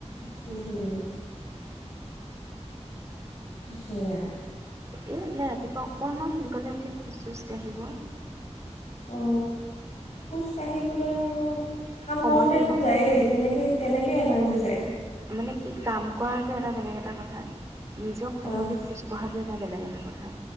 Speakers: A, on the left; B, on the right.
A: সে থৈ দিওঁ।
B: এই
A: সেইয়া।
B: এ ৰাতিপুৱা অকণমান সোনকালে উঠি খোজ চোজ আহিব
A: অ খোজ কাঢ়িবলৈ আৰু মানে কাম
B: সময়টো
A: কৰোতে
B: নহয়
A: মোৰ যায়েই
B: বাৰু
A: তেনেকে তেনেকে এনাৰ্জি জি যায়
B: মানে কি কাম কৰাটো এটা বেলেগ এটা কথা। নিজক সময়
A: অঁ
B: দি খোজ কঢ়াটোৱে এটা বেলেগ এটা কথা।